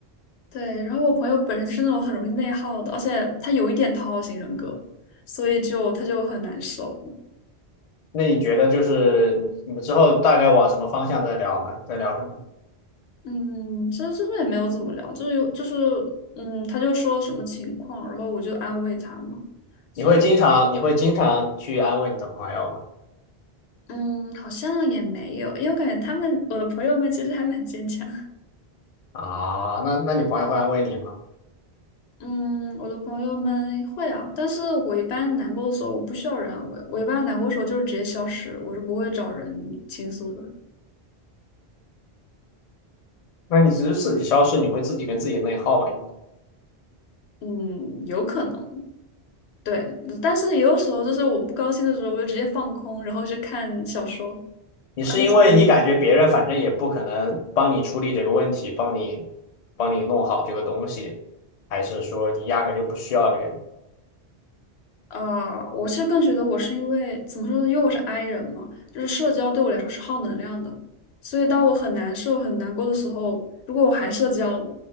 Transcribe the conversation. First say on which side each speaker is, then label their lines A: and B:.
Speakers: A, on the left; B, on the left.
A: 对，然后我朋友本身就是那种很容易内耗的，而且他有一点讨好型人格，所以就他就很难受。
B: 那你觉得就是你你们之后大概往什么方向在聊呢？在聊什么？
A: 嗯，其实最后也没有怎么聊，就是有就是嗯，他就说什么情况，然后我就安慰他嘛。所以
B: 你会经常你会经常去安慰你的朋友吗？
A: 嗯，好像也没有，因为我感觉他们我的朋友们其实还蛮坚强。
B: 啊，那那你朋友会安慰你吗？
A: 嗯，我的朋友们会啊，但是我一般难过的时候，我不需要人安慰，我一般难过的时候就是直接消失，我是不会找人倾诉的。
B: 那你只是自己消失，你会自己跟自己内耗吧？应该
A: 嗯，有可能。对，但是也有时候就是我不高兴的时候，我就直接放空，然后去看小说。
B: 你是因为你感觉别人反正也不可能帮你处理这个问题，
A: 而且想，
B: 帮你帮你弄好这个东西，还是说你压根就不需要别人？
A: 呃，我是更觉得我是因为怎么说呢，因为我是 I 人嘛，就是社交对我来说是耗能量的，所以当我很难受、很难过的时候，如果我还社交，